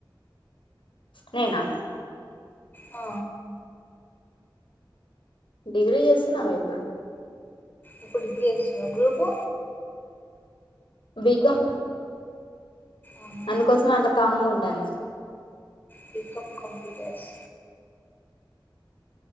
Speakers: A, on the left; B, on the left.
A: నేనా
B: ఆ
A: డిగ్రీ చేస్తున్నాగా ఇప్పుడు.
B: ఇప్పుడు బీఎస్ నో గ్రూపూ?
A: బీకాం
B: ఆహా
A: అందుకోసమే అంత. కామ్ గ ఉంటానే
B: బీకామ్ కంప్యూటర్స్.